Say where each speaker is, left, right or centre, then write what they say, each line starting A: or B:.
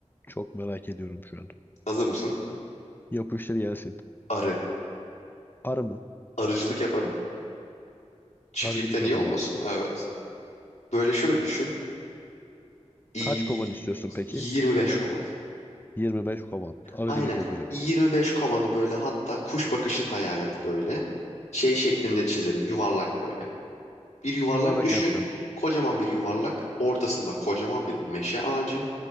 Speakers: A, on the left (about 15°); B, on the left (about 65°).
A: Çok merak ediyorum şu an.
B: Hazır mısın?
A: Yapıştır gelsin.
B: Arı.
A: Arı mı?
B: Arıcılık yaparım. Çiftlikten
A: Arıcılık
B: iyi
A: yapacaksın.
B: olmasın? Evet. Böyle şöyle düşün. İyi,
A: Kaç kovan istiyorsun peki?
B: 25 kovan.
A: 25 kovan. Arıcılık
B: Aynen.
A: yapacaksın.
B: 25 kovanı böyle hatta kuş bakışı hayal et böyle. Şey şeklinde çizerim. Yuvarlak böyle. Bir yuvarlak
A: Yuvarlak
B: düşün.
A: yapacaksın.
B: Kocaman bir yuvarlak. Ortasında kocaman bir meşe ağacı.